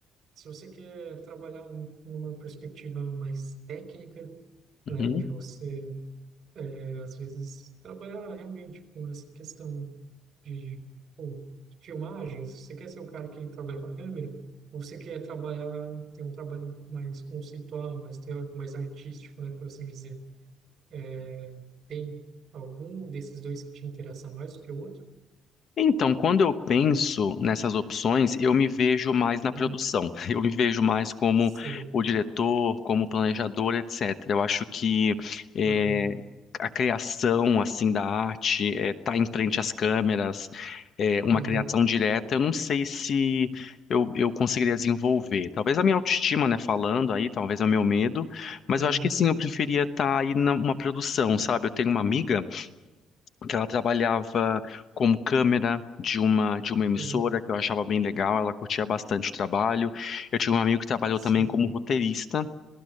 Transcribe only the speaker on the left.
Uhum.
Então, quando eu penso nessas opções, eu me vejo mais na
produção. <laughs> Eu me vejo mais como
o diretor, como o planejador, etc. Eu acho que eh,
a criação assim da arte, estar em frente às câmeras, eh, uma
criação direta, eu não sei se eu, eu conseguiria desenvolver. Talvez a minha autoestima, né, falando aí, talvez é o meu medo, mas
eu acho que
sim, eu preferia estar aí numa produção, sabe? Eu tenho uma amiga que ela trabalhava como câmera de uma de uma emissora
que eu achava bem legal, ela curtia bastante o trabalho. Eu tinha um amigo que trabalhou
também como roteirista